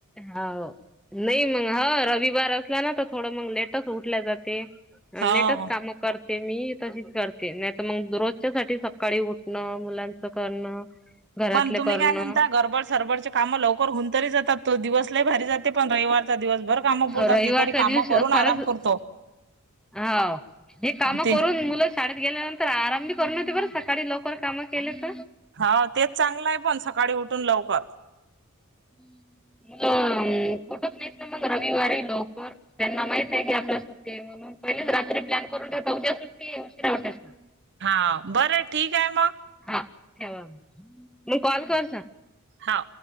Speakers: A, in the centre; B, on the right.
A: हाव नाही मग ह रविवार असला ना तर थोड मग लेटच उठल जाते.
B: हो
A: लेटच काम करते मी तशीच करते नाही तर मग रोजच्यासाठी सकाळी उठणं मुलांचं करणं घरातलं
B: पण तुम्ही
A: करणं
B: काय म्हणता गरबड सरबडचे कामं लवकर होऊन तरी जातात. तो दिवस लय भारी जाते. पण रविवार तर दिवसभर काम पुरतात
A: रविवारच्या
B: हे तरी काम
A: दिवशी
B: करून
A: खरंच
B: आराम करतो.
A: हाव हे काम
B: ते
A: करून मुलं शाळेत गेल्यानंतर आराम बी कर न ते बरं का सकाळी लवकर काम केलेत.
B: हा तेच चांगलं हाय पण सकाळी उठून लवकर
A: <inaudible> मुलं उठत नाहीत ना मग रविवारी लवकर त्यांना माहित आहे की आपल्यासाठी सुट्टी हाय म्हणून मग पहिलेच रात्री प्लॅन करून ठेवतात उद्या सुट्टीये उशीरा उठायचं.
B: हाव बरं ठीक आहे म
A: हा ठेवा मी कॉल करता
B: हा